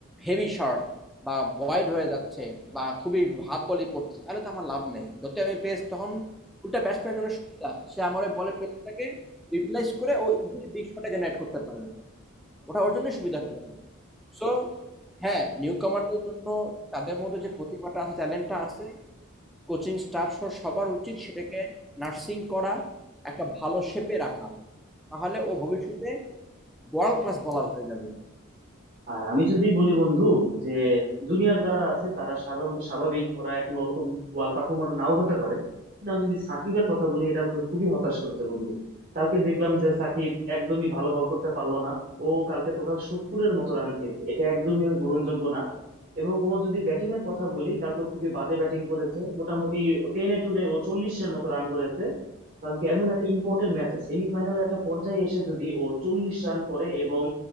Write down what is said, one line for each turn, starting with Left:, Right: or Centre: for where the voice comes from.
Centre: হেভি শর্ট বা বয়েড হয়ে যাচ্ছে বা খুবই হাফ বলই পড়তেছে তাহলে তো আমার লাভ নেই যতই আমি পেস তখন উল্টা ব্যাটসম্যানের জন্য সুবিধা সে আমার ওই বলের প্রেসটাকে ইউটিলাইজ করে ও ইজিলি বিগ শটে জেনারেট করতে পারবে ওটা ওর জন্যই সুবিধা হয়ে যাবে সো হ্যাঁ নিউ কামারদের জন্য তাদের মধ্যে যে প্রতিভাটা আছে ট্যালেন্টটা আছে কোচিং স্টাফ সহ সবার উচিত সেটাকে নার্সিং করা একটা ভালো শেপে রাখা তাহলে ও ভবিষ্যতে ওয়ার্ল্ড ক্লাস বলার হয়ে যাবে
Right: আর আমি যদি বলি বন্ধু যে জুনিয়র যারা আছে তারা সাধারণত স্বাভাবিক ওরা এখন ওরকম ওয়াল পারফর্মার নাও হতে পারে কিন্তু আমি যদি সাকিবের কথা বলি এটা আমাকে খুবই হতাশ করেছে বন্ধু কালকে দেখলাম যে সাকিব একদমই ভালো বল করতে পারলো না ও কালকে টোটাল সত্তরের মতো রান খেয়েছে এটা একদমই গ্রহণযোগ্য না এবং ও যদি ব্যাটিং এর কথা বলি কালকে ও খুবই বাজে ব্যাটিং করেছে মোটামুটি টেনে টুনে ও চল্লিশের মতো রান করেছে কারণ কি এমন একটা ইম্পর্টেন্ট ম্যাচে সেমিফাইনালে একটা পর্যায়ে এসে যদি ও চল্লিশ রান করে এবং